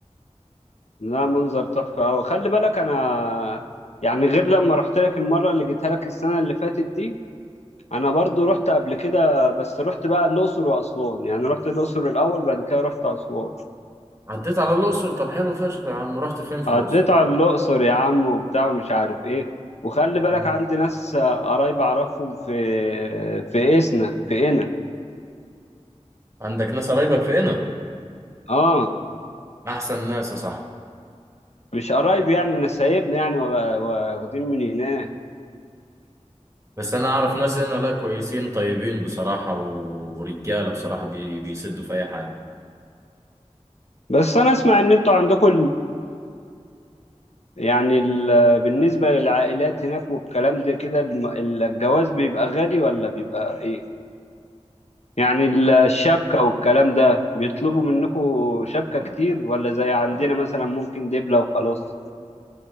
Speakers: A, on the left; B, on the right.
A: لا منظر تحفة أوي خلي بالك أنا يعني غير لما رحت لك المرة اللي جيتها لك السنة اللي فاتت دي أنا برضو رحت قبل كده بس رحت بقى الأقصر وأسوان يعني رحت الأقصر الأول بعد كده رحت أسوان
B: عديت على الأقصر طب حلو فشخ يا عم رحت فين في
A: عديت
B: الأقصر
A: على الأقصر يا عم وبتاع ومش عارف إيه وخلي بالك
B: مم.
A: عندي ناس آه، قرايب أعرفهم في في إسنا في إنا
B: عندك ناس قرايبك في هنا
A: آه
B: أحسن ناس يا صاحبي
A: مش قرايب يعني نسايبنا يعني واخدين من هناك
B: بس أنا أعرف ناس هنا لا كويسين طيبين بصراحة ورجالة بصراحة بي... بيسدوا في أي حاجة
A: بس أنا أسمع إن أنتوا عندكم يعني ال- بالنسبة للعائلات هناك والكلام ده كده الم- الجواز بيبقى غالي ولا بيبقى ايه؟ يعني ال- الشبكة والكلام ده بيطلبوا منكم شبكة كتير ولا زي عندنا مثلا ممكن دبلة وخلاص؟